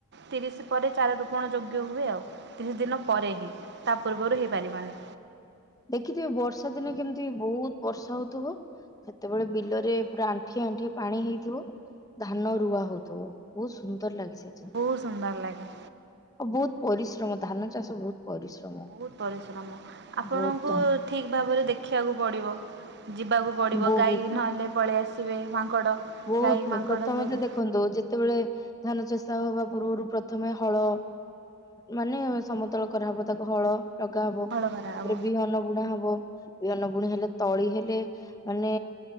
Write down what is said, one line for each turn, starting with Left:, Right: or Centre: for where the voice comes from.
Right: ତିରିଶ ପରେ ଚାର ରୋପଣ ଯୋଗ୍ୟ ହୁଏ ଆଉ ତିନି ଦିନ ପରେ ହିଁ ତା ପୂର୍ବରୁ ହେଇପାରିବନି।
Left: ଦେଖିଥିବେ ବର୍ଷା ଦିନେ କେମିତି ବୋହୁତ ବର୍ଷା ହଉଥିବ। ସେତେବେଳେ ବିଲରେ
Right: ଆଜ୍ଞା
Left: ପୁରା ଆଣ୍ଠିଏ ଆଣ୍ଠିଏ ପାଣି ହେଇଥିବ ଧାନ ରୁଆ ହଉଥିବ ବୋହୁତ ସୁନ୍ଦର ଲାଗିସେ।
Right: ବୋହୁତ ସୁନ୍ଦର ଲାଗେ।
Left: ବୋହୁତ ପରିଶ୍ରମ ଧାନ ଚାଷ ବୋହୁତ ପରିଶ୍ରମ।
Right: ବହୁତ ପରିଶ୍ରମ ଆପଣଙ୍କୁ
Left: ବହୁତ
Right: ଠିକ୍ ଭାବରେ ଦେଖିବାକୁ ପଡ଼ିବ। ଯିବାକୁ ପଡ଼ିବ
Left: ବହୁତ
Right: ଗାଈ ନହେଲେ ପଳେଇ ଆସିବେ ମାଙ୍କଡ଼।
Left: ବୋହୁତ
Right: ଗାଈ ମାଙ୍କଡ଼
Left: ପ୍ରଥମ
Right: ସବୁ
Left: ତ ଦେଖ ଦେଖନ୍ତୁ ଯେତେବେଳେ ଧାନ ଚାଷ ହବା ପୂର୍ବରୁ ପ୍ରଥମେ ହଳ ମାନେ ସମତଳ କରାହବ ତାକୁ ହଳ ଲଗା ହବ
Right: ହଳ
Left: ତାପରେ
Right: କରାହବ
Left: ବିହନ ବୁଣା ହବ ବିହନ ବୁଣା ହେଲେ ତଳି ହେଲେ ମାନେ